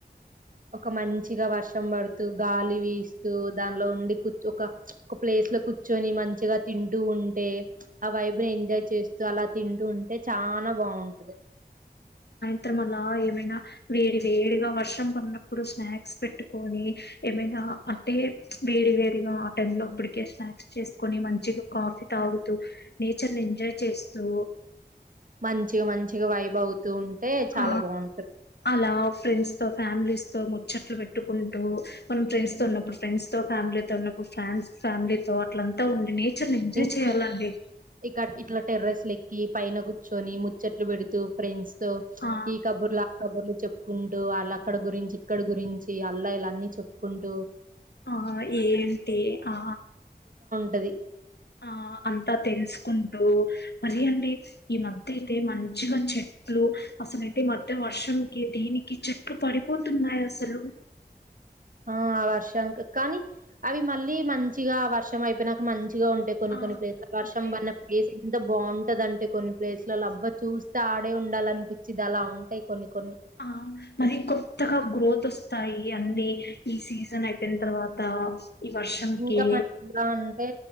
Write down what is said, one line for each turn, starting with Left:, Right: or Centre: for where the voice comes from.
Right: ఒక మంచ్ గా వర్షం పడుతూ గాలి వీస్తూ దానిలో ఉండి కూచ్ ఒక చ్ ఒక ప్లేస్ లో కూర్చొని మంచిగా తింటూ ఉంటే చ్ ఆ వైబ్ ని ఎంజాయ్ చేస్ అలా తింటూ ఉంటే చానా బావుంటది.
Left: త్రం అలా ఏమైనా వేడి వేడిగా వర్షం పడినప్పుడు స్నాక్స్ పెట్టుకొని ఏమైనా అంటే ప్చ్ వేడి వేడిగా ఆ టైమ్ లో అప్పడికే స్నాక్స్ చేసుకొని మంచిగా కాఫీ తాగుతూ నేచర్ని ఎంజాయ్ చేస్ తూ
Right: మంచిగ మంచిగ వైబ్ అవుతూ ఉంటే చాలా
Left: ఆ!
Right: బాగుంటది
Left: అలా ఫ్రెండ్స్ తో ఫ్యామిలీస్ తో ముచ్చట్లు పెట్టుకుంటూ మనం ఫ్రెండ్స్ తో ఉన్నప్పుడు ఫ్రెండ్స్ తో, ఫ్యామిలీతో ఉన్నప్పుడు ఫ్యామ్స్ ఫ్యామిలీ తో అట్లంతా ఉండి నే చర్ ని ఎంజాయ్
Right: ఇంకా
Left: చేయాలండి
Right: ఇక ఇట్ల టెర్రెస్ లెక్ కి పైన కూర్చొని ముచ్చట్లు పెడు తూ ఫ్రెండ్స్ తో
Left: ఆ
Right: ఈ కబుర్లు ఆ కబుర్లు చెప్పుకుంటూ వాళ్ళు అక్కడ గురించి ఇక్కడ గురించి అల్లా ఇలా అన్ని చెప్పుకుంటూ
Left: ఆ ఏంటి ఆ
Right: టది
Left: ఆ అంతా తెలుసుకుంటూ మరి అండి ఈ మధ్య అయితే మంచిగా చెట్లు అసలైతే ఈ మధ్య వర్షంకి దీనికి చెట్లు పడిపోతున్నాయి అస్సలు.
Right: ఆ ఆ వర్షానికి కానీ అవి మళ్ళీ మంచిగా వర్షం అయిపోయినాక మం చిగా ఉంటాయి కొన్ని
Left: ఆ
Right: కొన్ని ప్లేస్ లు వర్షం
Left: అంటే
Right: పడినప్ ఏసి ఎంత బాగుంటది అంటే కొన్ని ప్లేస్లలో అబ్బా చూస్తే ఆడే ఉండాలనిపిచ్చిది అలా ఉంటాయి కొన్ని కొన్ని
Left: ఆ మరి కొత్తగా గ్రోత్ వస్ స్తాయి అన్ని ఈ సీజన్ అయిపోయిన తర్వాత ఈ వర్షంకి
Right: ఇంకా <inaudible> అంటే